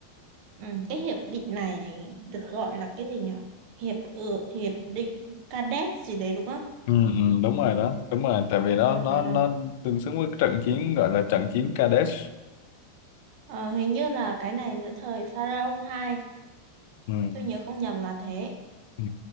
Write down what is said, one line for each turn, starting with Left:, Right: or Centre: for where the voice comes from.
Right: ừ, cái hiệp định này được gọi là cái gì nhỉ hiệp ước hiệp định Cadet gì đấy đúng không
Left: ừ, ừ, đúng rồi đó đúng rồi tại vì đó
Right: Ờ,
Left: nó
Right: ờ,
Left: nó
Right: ờ.
Left: tương xứng với trận chiến gọi là trận chiến Kadesh
Right: Ờ, hình như là cái này giữa thời Pharaoh hai
Left: ừ,
Right: tôi nhớ không nhầm là thế
Left: ừ,